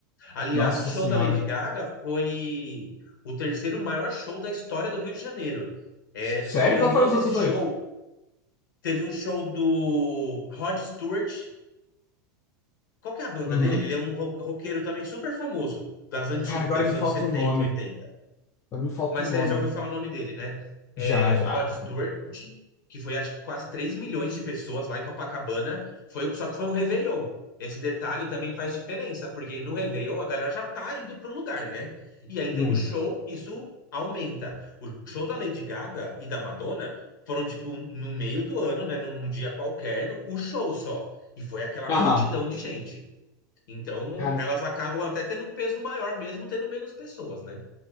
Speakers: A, on the left (about 75°); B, on the left (about 25°).
A: Aliás,
B: Nossa
A: o show
B: senhora.
A: da Lady Gaga foi o terceiro maior show da história do Rio de Janeiro. É,
B: S- Sério?
A: só ganhou
B: Qual foram os
A: desse
B: outros dois?
A: show. Teve um show do Rod Stewart. Qual que é a banda
B: Uhum.
A: dele? Ele é um ro- roqueiro também super famoso, das antigas,
B: Cara, agora
A: dos
B: me falta
A: anos 70,
B: o nome.
A: 80.
B: Agora me falta
A: mas
B: o nome.
A: você já ouviu falar o nome dele, né?
B: Já,
A: É,
B: já,
A: Rod
B: já.
A: Stewart, que foi acho que quase 3 milhões de pessoas lá em Copacabana, foi, um- só que foi um Réveillon. Esse detalhe também faz diferença, porque no Réveillon a galera já tá indo pro lugar, né? E aí
B: Uhum.
A: tem o show, isso aumenta. O show da Lady Gaga e da Madonna foram, tipo, no meio do ano, né? Num dia qualquer, o show só. E foi aquela
B: Aham.
A: multidão de gente. Então,
B: Cara,
A: elas acabam até tendo um peso maior, mesmo tendo menos pessoas, né?